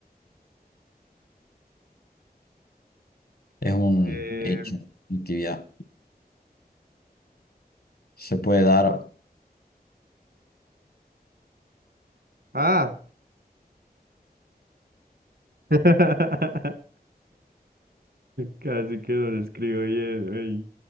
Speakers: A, on the left; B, on the right.
A: Es un
B: Eh,
A: hecho, una actividad. Se puede dar.
B: ah, <laughs> casi que no lo escribo bien, ey,